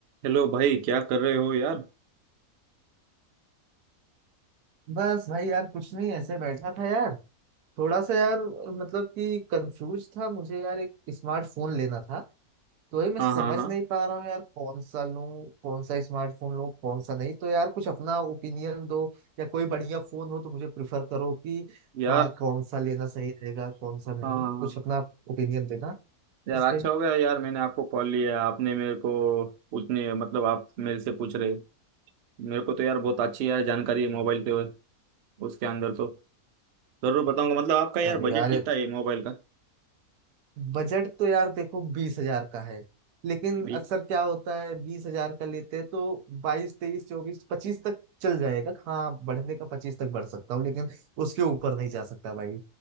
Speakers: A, on the right; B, on the right.
A: Hello भाई क्या कर रहे हो यार
B: बस भाई यार कुछ नहीं ऐसे बैठा था यार थोड़ा सा यार मतलब कि कंफ्यूज था मुझे यार एक स्मार्टफोन लेना था तो वही मैं
A: हाँ
B: समझ
A: हाँ हाँ
B: नहीं पा रहा हूँ यार कौन सा लूँ कौन सा स्मार्टफोन लूँ कौन सा नहीं तो यार कुछ अपना ओपिनियन दो या कोई बढ़िया फोन हो तो मुझे प्रिफर करो कि
A: यार
B: हाँ कौन सा लेना सही रहेगा कौन सा नहीं
A: हाँ हाँ हाँ
B: कुछ अपना ओपिनियन देना
A: यार
B: इस
A: अच्छा
B: पे
A: हो गया यार मैंने आपको कॉल लिया आपने मेरे को पूछने मतलब आप मेरे से पूछ रहे मेरे को तो यार बहुत अच्छी यार जानकारी है मोबाइल के उसके अंदर तो जरूर बताऊंगा मतलब आपका यार
B: अरे
A: बजट
B: यार
A: कितना है मोबाइल का
B: बजट तो यार देखो बीस हजार का है लेकिन
A: बीस
B: अक्सर क्या होता है बीस हजार का लेते हैं तो बाईस तेईस चौबीस पच्चीस तक चल जाएगा हाँ बढ़ने का पच्चीस तक बढ़ सकता हूँ लेकिन उसके ऊपर नहीं जा सकता भाई